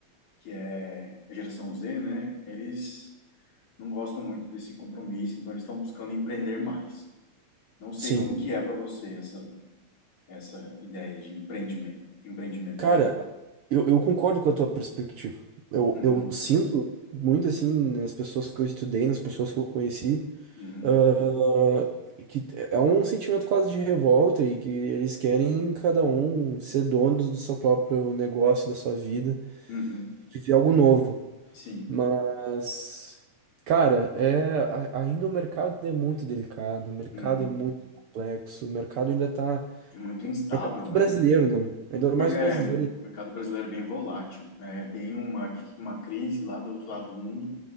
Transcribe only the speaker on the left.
que é a geração Z, né? Eles não gostam muito desse compromisso, então eles estão buscando empreender mais. Não sei
como que é para você essa essa ideia de empreendimento, empreendimentos.
Uhum,
uhum,
uhum,
sim,
uhum.
E muito instável,
né?
Merc-
É,
o mercado brasileiro é bem volátil. É, tem uma, cri- uma crise lá do outro lado do mundo,